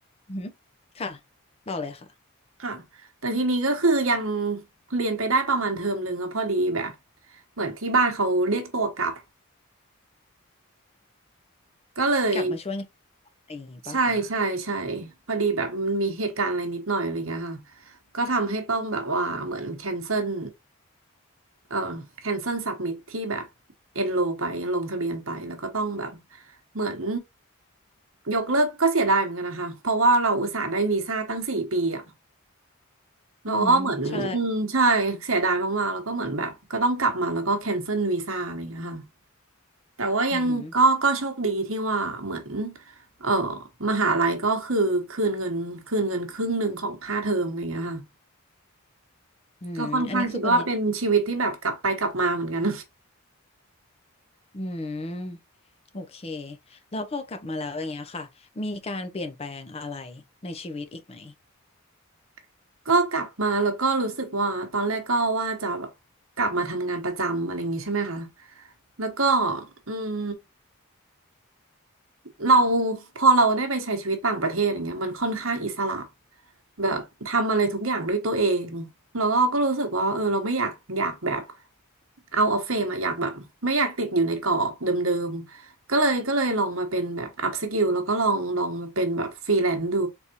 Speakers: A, on the left (about 25°); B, on the right (about 65°).
A: อืมค่ะต่อเลยค่ะ
B: ค่ะแต่ทีนี้ก็คือยังเรียนไปได้ประมาณเทอมหนึ่งแล้วพอดีแบบเหมือนที่บ้านเขาเรียกตัวกลับก็เลย
A: กลับมาช่วยงานอะไรอย่างงี้ป่ะคะ
B: ใช่ใช่ใช่พอดีแบบมันมีเหตุการณ์อะไรนิดหน่อยอะไรเงี้ยค่ะก็ทำให้ต้องแบบว่าเหมือนแคนเซิลเอ่อแคนเซิลสับมิทที่แบบเอนโรไปลงทะเบียนไปแล้วก็ต้องแบบเหมือนยกเลิกก็เสียดายเหมือนกันนะคะเพราะว่าเราอุตส่าห์ได้วีซ่าตั้งสี่ปีอะเราก็เหมือน
A: อืม
B: <laughs>
A: ใช่
B: อืมใช่เสียดายมากๆแล้วก็เหมือนแบบก็ต้องกลับมาแล้วก็แคนเซิลวีซ่าอะไรเงี้ยค่ะ แต่ว่ายังก็ก็โชคดีที่ว่าเหมือน
A: อืมอหือ
B: เออมหาลัยก็คือคืนเงินคืนเงินครึ่งหนึ่งของค่าเทอมอะไรอย่างเงี้ยค่ะ
A: อืมอันนี้คือปริญญา
B: ก็ค่อนข้างคิดว่าเป็นชีวิตที่แบบกลับไปกลับมาเหมือนกัน
A: อืม โอเค แล้วพอกลับมาแล้วอย่างเงี้ยค่ะ มีการเปลี่ยนแปลงอะไรในชีวิตอีกไหม
B: <laughs> ก็กลับมาแล้วก็รู้สึกว่าตอนแรกก็ว่าจะกลับมาทำงานประจำอะไรอย่างงี้ใช่ไหมคะแล้วก็อืมเราพอเราได้ไปใช้ชีวิตต่างประเทศอย่างเงี้ยมันค่อนข้างอิสระ แบบทำอะไรทุกอย่างด้วยตัวเองแล้วก็ก็รู้สึกว่าเออเราไม่อยากอยากแบบเอาออฟเฟมอะอยากแบบไม่อยากติดอยู่ในกรอบเดิมๆก็เลยก็เลยลองมาเป็นแบบอัพสกิลแล้วก็ลองลองมาเป็นแบบฟรีแลนซ์ดู